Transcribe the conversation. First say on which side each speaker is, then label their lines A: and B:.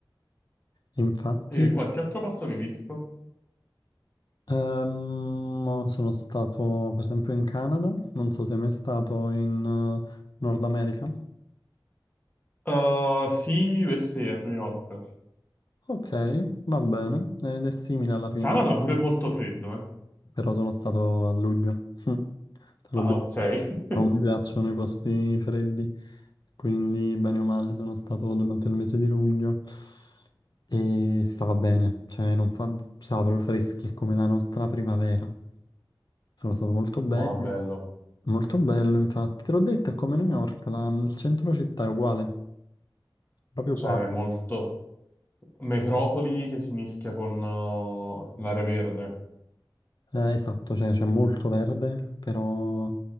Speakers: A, on the left (about 55°); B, on the left (about 25°).
A: Infatti,
B: E qualche altro passo che hai visto?
A: ehm, no, sono stato per esempio in Canada, non so se è mai stato in eh, Nord America.
B: Uh, sì, USA a a New York.
A: Ok, va bene, ed è simile alla fine.
B: Canada pure è molto freddo, eh.
A: però sono stato a luglio, <laughs> te l'ho
B: Ah,
A: detto.
B: ok. <laughs>
A: Non mi piacciono i posti freddi, quindi bene o male sono stato durante il mese di luglio e stava bene, cioè non fa... stava proprio freschi, è come la nostra primavera. Sono stato molto bene,
B: Wow, bello.
A: molto bello infatti. Te l'ho detto, è come New York, la- il centro città è uguale, proprio
B: Cioè,
A: qua.
B: molto. Metropoli che si mischia con uh, l'area verde.
A: Eh, esatto, cioè c'è molto verde, però